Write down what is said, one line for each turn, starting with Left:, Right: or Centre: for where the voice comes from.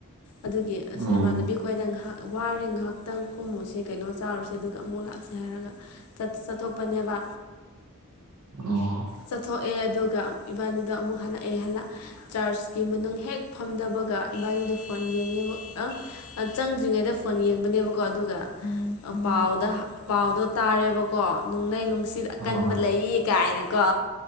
Left: ꯑꯗꯨꯒꯤ
Right: ꯎꯝ
Left: ꯑꯁ ꯏꯃꯥꯟꯅꯕꯤ ꯈꯣꯏꯗ ꯉꯥꯏꯍꯥꯛ ꯋꯥꯔꯦ ꯉꯥꯏꯍꯥꯛꯇꯪ ꯀꯨꯝꯃꯨꯁꯦ ꯀꯩꯅꯣ ꯆꯥꯎꯥꯔꯨꯁꯦ ꯑꯗꯨꯒ ꯑꯃꯨꯛ ꯂꯥꯛꯁꯦ ꯍꯥꯏꯔꯒ ꯆꯠꯊꯣꯛꯄꯅꯦꯕ
Right: ꯑꯣꯝ
Left: ꯆꯠꯊꯣꯛꯑꯦ ꯑꯗꯨꯒ ꯏꯕꯥꯅꯤꯗ ꯑꯃꯨꯛ ꯍꯜꯂꯛꯑꯦ ꯍꯜꯂꯛ ꯆꯥꯔꯖꯀꯤ ꯃꯅꯨꯡ ꯍꯦꯛ ꯐꯝꯗꯕꯒ ꯏꯕꯥꯅꯤꯗ ꯐꯣꯟ ꯌꯦꯡꯉꯦꯕ ꯆꯪꯗ꯭ꯔꯤꯉꯩꯗ ꯐꯣꯟ ꯌꯦꯡꯕꯅꯦꯕꯀꯣ ꯑꯗꯨꯒ ꯄꯥꯎꯗ ꯄꯥꯎꯗꯣ ꯇꯥꯔꯦꯕꯀꯣ ꯅꯅꯨꯡꯡꯂꯩ ꯅꯨꯡꯁꯤꯠ ꯑꯀꯟꯕ
Right: ꯑꯣ
Left: ꯂꯩꯌꯦ ꯀꯥꯏꯅꯀꯣ